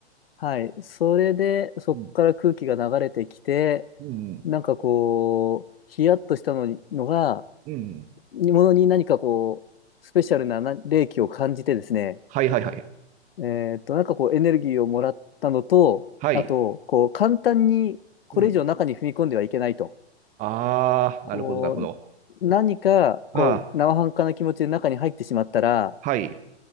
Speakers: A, on the left; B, on the right.
A: はい。それで、そこから空気が流れてきて、
B: うん。うん。
A: なんかこう、ヒヤッとしたのに、のが、
B: うん。
A: ものに何かこう、スペシャルなな冷気を感じてですね、
B: はいはいはい。
A: えーっと、なんかこうエネルギーをもらったのと、
B: はい。
A: あと、こう簡単にこれ以上中に踏み込んではいけないと。
B: うん。ああ、なるほど、
A: こう、
B: なるほど。
A: 何かこう生半可な気持ちで中に入ってしまったら、
B: ああ、はい。